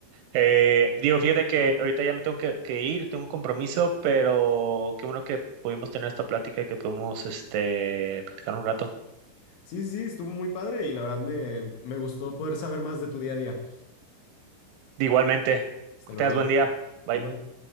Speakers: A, on the right; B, on the left.
A: Eh, Diego, fíjate que ahorita ya me tengo que, que ir, tengo un compromiso, pero qué bueno que pudimos tener esta plática y que pudimos este, platicar un rato.
B: Sí, sí, sí, estuvo muy padre y la verdad me, me gustó poder saber más de tu día a día.
A: Igualmente,
B: Hasta
A: que
B: luego.
A: tengas buen día. Bye.
B: Igual.